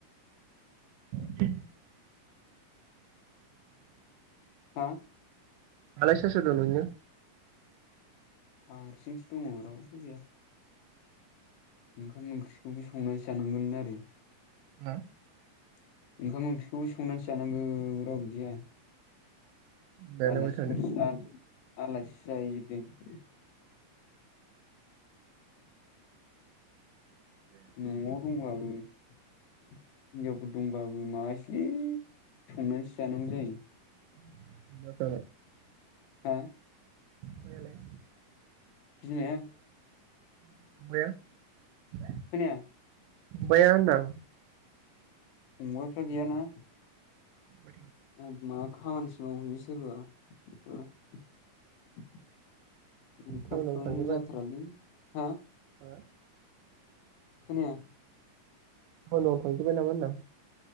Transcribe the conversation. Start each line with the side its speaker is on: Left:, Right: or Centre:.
Right: उम
Left: हा
Right: आरो सोर सोर दं नोंनिया?
Left: आं हारसिंसो दङ रावबो गैया। ओंखाम ओंख्रिखौबो संनानै जानांगोन आरो
Right: हा
Left: <unintelligible> ओंखाम ओंख्रिखौबो संनानैसो जानांगौ रावबो गैया
Right: दालाय
Left: आलासि
Right: अबाय
Left: <unintelligible> आलासि <unintelligible> न'आव दङो आं हिनजावफोर दंबाबो माबासोलै संनानैसो जानांगौ जायो।
Right: <unintelligible>
Left: हा
Right: मैयालाय।
Left: बिमाया
Right: <unintelligible>
Left: खोनाया
Right: बाया होनदां।
Left: अमाफ्रा गैयाना
Right: मा
Left: आ मा <unintelligible>
Right: खालामनाय फंबायालाय फंबाया होनदां टाउनाव थांजोब्बाय
Left: <unintelligible> जाथ्रालै हा
Right: हा
Left: खोनाया
Right: खामानि मावनो थांजोबाय नामा होनदां?